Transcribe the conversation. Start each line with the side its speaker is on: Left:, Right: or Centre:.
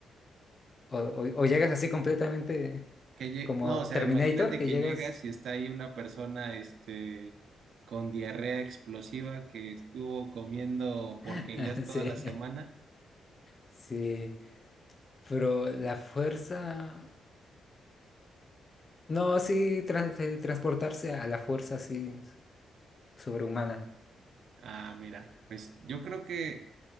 Left: O, o- o llegas así completamente
Right: Que lle-
Left: como
Right: no, o
Left: Terminator,
Right: sea, imagínate
Left: que
Right: que
Left: llegas...
Right: llegas y está ahí una persona, este, con diarrea explosiva que estuvo comiendo porquerías
Left: <laughs>
Right: toda
Left: Sí,
Right: la semana.
Left: sí. Pero la fuerza... No, sí, tra- eh, transportarse a la fuerza así sobrehumana.
Right: Ah, mira, pues yo creo que,